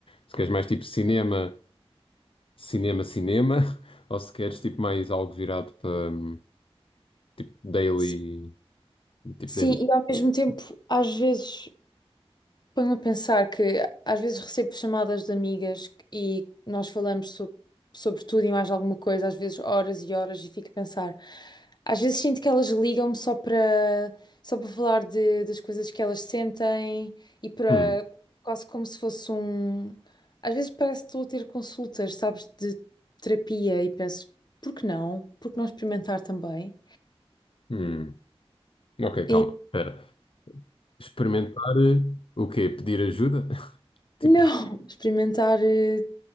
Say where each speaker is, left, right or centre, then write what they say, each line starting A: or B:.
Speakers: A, on the left; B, on the left.
A: Se queres mais tipo cinema. cinema, cinema, <laughs> ou se queres tipo mais algo virado para hum, tipo daily,
B: Sim,
A: tipo daily.
B: e ao mesmo tempo, às vezes, ponho-me a pensar que às vezes recebo chamadas de amigas e nós falamos sobre, sobre tudo e mais alguma coisa, às vezes horas e horas, e fico a pensar. Às vezes sinto que elas ligam-me só para só para falar de, das coisas que elas sentem e para
A: Hum,
B: quase como se fosse um. Às vezes parece que estou a ter consultas, sabes, de terapia e penso, por que não? Por que não experimentar também?
A: hum. Ok, calma,
B: E
A: espera. Experimentar eh, o quê? Pedir ajuda? <laughs> Tipo,
B: não, <laughs> experimentar. eh,